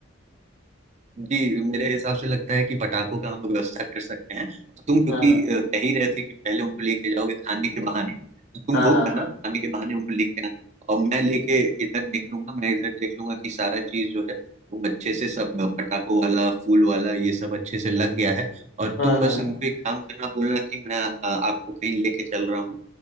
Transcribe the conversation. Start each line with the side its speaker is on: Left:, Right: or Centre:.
Right: जी मेरे हिसाब से लगता है कि पटाखों का हम लोग व्यवस्था कर सकते हैं और तुम क्योंकि
Left: हाँ
Right: अ, कह ही रहे थे कि पहले उनको लेके जाओगे खाने के बहाने तो तुम
Left: हाँ
Right: वो
Left: हाँ
Right: करना खाने के बहाने उनको लेके आना और मैं लेके इधर देख लूंगा मैं इधर देख लूंगा कि सारा चीज जो है वो अच्छे से सब अ, पटाखों वाला फूल वाला ये सब अच्छे से लग गया है और
Left: हाँ
Right: तुम
Left: हाँ हाँ
Right: बस
Left: हाँ हाँ।
Right: उनको एक काम करना बोलना कि मैं अ, आपको कहीं लेके चल रहा हूँ